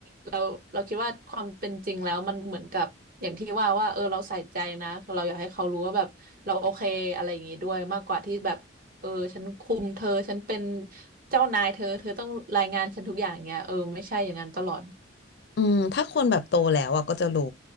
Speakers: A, on the right; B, on the left.
A: เราเราคิดว่าความเป็นจริงแล้วมันเหมือนกับอย่างที่ว่าว่าเออเราใส่ใจนะเราอยากให้เขารู้ว่าแบบเราโอเคอะไรอย่างงี้ด้วยมากกว่าที่แบบ เออฉันคุมเธอฉันเป็นเจ้านายเธอเธอต้องรายงานฉันทุกอย่างเงี้ยเออไม่ใช่อย่างนั้นตลอด
B: อืมถ้าคนแบบโตแล้วอ่ะก็จะรู้